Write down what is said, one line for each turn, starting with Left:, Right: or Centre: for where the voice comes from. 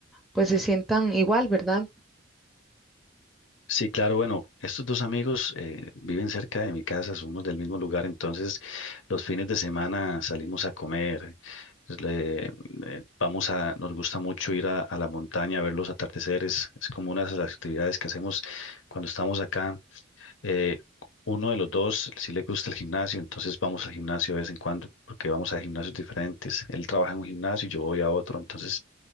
Centre: pues se sientan igual, ¿verdad?
Left: Sí, claro, bueno, estos dos amigos eh, viven cerca de mi casa, somos del mismo lugar, entonces los fines de semana salimos a comer, pues, le- eh, vamos a, nos gusta mucho ir a, a la montaña a ver los atardeceres, es como una de las actividades que hacemos cuando estamos acá. Eh, uno de los dos sí le gusta el gimnasio, entonces vamos al gimnasio de vez en cuando, porque vamos a gimnasios diferentes. Él trabaja en un gimnasio y yo voy a otro, entonces